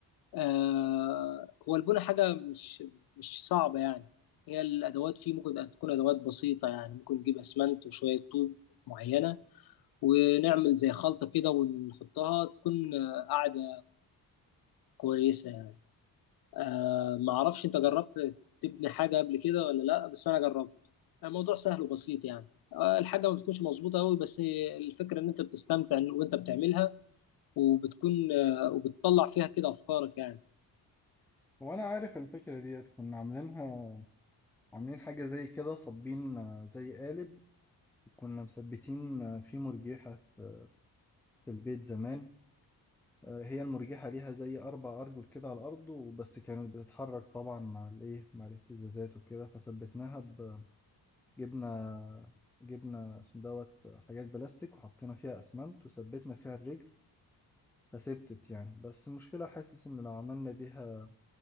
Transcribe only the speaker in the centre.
وأنا عارف الفكرة ديت كنا عاملينها عاملين حاجة زي كده صابين آه، زي قالب كنا مثبتين آه، فيه مرجيحة في في البيت زمان آه، هي المرجيحة ليها زي أربع أرجل كده على الأرض وبس كانت بتتحرك طبعا مع الإيه مع الاهتزازات وكده فثبتناها ب... جبنا جبنا اسمه دوت حاجات بلاستيك وحطينا فيها أسمنت وثبتنا فيها الرجل فثبتت يعني بس المشكلة حاسس إن لو عملنا بيها